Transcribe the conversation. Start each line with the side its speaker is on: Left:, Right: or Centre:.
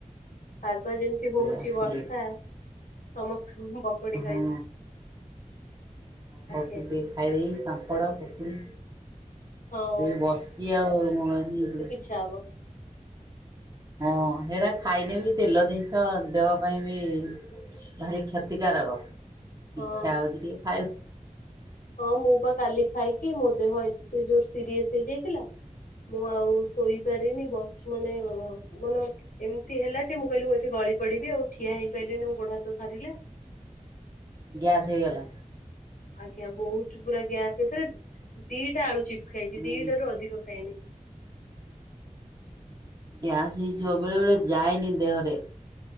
Left: ପାଗ ଯେମିତି ହଉଛି
Right: ଆସିଲେ
Left: ବର୍ଷା ସମସ୍ତଙ୍କୁ ପକୁଡି ଖାଇବି
Right: ହଁ
Left: ଆଜ୍ଞା।
Right: ହଁ <inaudible> ଖାଇ ଦେଇ ପାମ୍ପଡ଼ ପୋକୁଡ଼ି
Left: ହଁ
Right: ଏଇ ବସି ଆଉ ମୁ କହିନୀ
Left: ଆଚ୍ଛା ବ
Right: ହଁ ସେଇଟା ଖାଇନି ବି ତେଲ ଜିନିଷ ଦେହ ପାଇଁ ବି ଭାରି କ୍ଷତିକାରକ
Left: ହଁ
Right: ଇଚ୍ଛା ହଉଛି ଟିକେ ଖାଇ
Left: ହଁ ମୁଁ ବା କାଲି ଖାଇକି ମୋ ଦେହ ଏତେ ଜୋର ସିରିଅସ ହେଇଯାଇଥିଲା। ମୁଁ ଆଉ ଶୋଇପାରିନି ବସି ମାନେ ମାନେ ଏମିତି ହେଲା ଯେ ମୁଁ କହିଲି ମୁଁ ଏଠି ଗଳି ପଡି଼ବି ଆଉ ଠିଆ ହେଇପାରିଲିନି ଗୋଡ଼ ହାତ ଥରିଲା
Right: ଗ୍ୟାସ୍ ହେଇଗଲା
Left: ଆଜ୍ଞା ବହୁତ ପୁରା ଗ୍ଯାସ୍ ପୁରା ଦିଟା ଆଳୁ ଚିପ୍ସ ଖାଇଛି
Right: ହୁଁ।
Left: ଦିଟା ରୁ ଅଧିକ ଖାଇନି।
Right: ଗ୍ୟାସ ହେଇଯିବ ବେଳେ ବେଳେ ଯାଏନି ଦେହରେ।